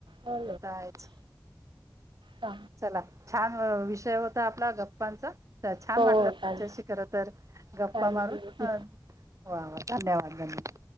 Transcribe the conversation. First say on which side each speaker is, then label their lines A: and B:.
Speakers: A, on the right; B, on the right.
A: हो
B: हे तर आहेच.
A: ना
B: चला छान विषय होता आपला गप्. गप्पांच छान
A: हो
B: वाटलंशी
A: चालेल
B: खर तर गप्पा
A: थँक्यू
B: मारून वा धन्यवाद धन्यवाद.